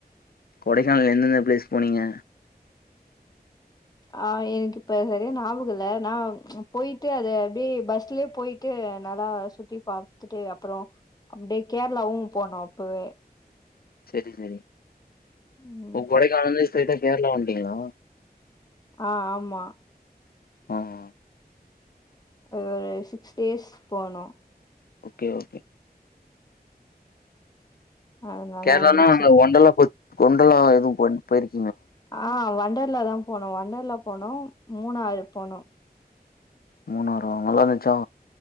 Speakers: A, on the left; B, on the left.
A: கொடைக்கானல்ல எந்தெந்த பிளேஸ் போனீங்க
B: ஆ எனக்கு இப்ப சரியா ஞாபகோ இல்ல நா போயிட்டு அது அப்டியே பஸ்லயே போயிட்டு ட்டு நல்லா சுத்தி பாத்துட்டு அப்றோ அப்டியே கேரளாவு போனோ அப்பவே
A: செரி செரி
B: ம்.
A: ஓ கொடைக்கானலருந்து ஸ்ட்ரைட்டா கேரளா வந்துட்டீங்களா
B: ஆ ஆமா
A: ஆ ஆ
B: ஒரு சிக்ஸ் டேஸ் போனோ
A: ஓகே ஓகே
B: அது நல்லா
A: கேரளான்னா
B: இருந்துச்சு.
A: அங்க ஒண்டல்லா போ ஒண்டல்லா எதுவு போனீ போயிருக்
B: ஆ வொண்டர்லாதா போனோ வொண்டர்லா போனோ மூணாறு போனோ
A: மூணாறா நல்லாருந்துச்சா